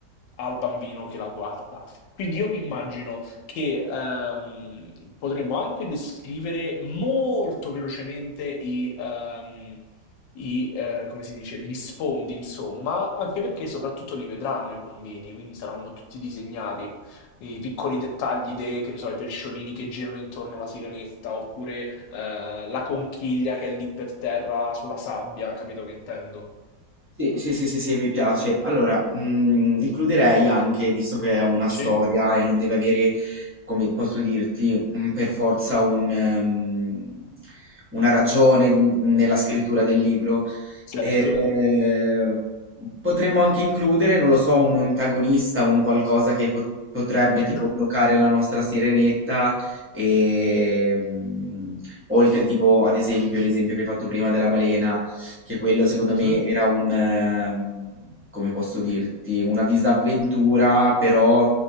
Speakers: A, on the left; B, on the right.
A: al bambino che la guarda. Quindi io mi immagino che ehm, potremmo anche descrivere molto velocemente i, ehm, i, eh, come si dice, gli sfondi, insomma, anche perché soprattutto li vedranno i bambini, quindi saranno tutti disegnati i piccoli dettagli dei, che ne so, i pesciolini che girano intorno alla sirenetta, oppure eh, la conchiglia che è lì per terra sulla sabbia, capito che intendo?
B: Sì, sì, sì, sì, sì, mi piace. Allora, mm, includerei anche, visto che è una storia
A: Sì,
B: e non deve avere, come posso dirti, un- per forza un, ehm, una ragione n- nella scrittura del libro,
A: certo.
B: E eh, potremmo anche includere, non lo so, un antagonista, un qualcosa che po- potrebbe
A: Perché
B: tipo
A: no?
B: bloccare la nostra sirenetta e mm, oltre tipo ad esempio l'esempio che hai fatto prima della balena, che quello secondo
A: Mhm.
B: me era un ehm, come posso dirti, una disavventura però